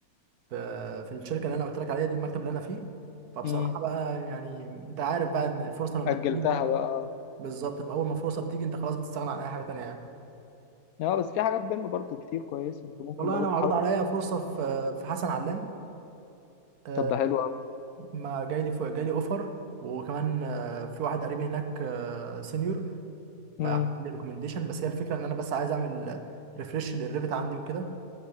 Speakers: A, on the right; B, on the left.
A: في في الشركه اللي انا قلت لك عليها دي المكتب اللي انا فيه فبصراحه
B: امم
A: بقى يعني انت عارف بقى ان الفرصه لما
B: اجلتها
A: بتيجي انت-
B: بقى
A: بالظبط اول ما الفرصه بتيجي انت خلاص بتستغنى عن اي حاجه تانية يعني
B: اه بس في حاجات بيم برضو كتير كويسه انت ممكن
A: والله
B: لو
A: انا
B: انت
A: معروض
B: حابب
A: عليا فرصه في في حسن علام آه،
B: طب ده حلو قوي
A: ما جاي لي جاي لي اوفر وكمان آه، في واحد قريبي هناك سينيور
B: امم
A: فعندي ريكومنديشن بس هي الفكره ان انا بس عايز اعمل ريفرش للريفت عندي وكده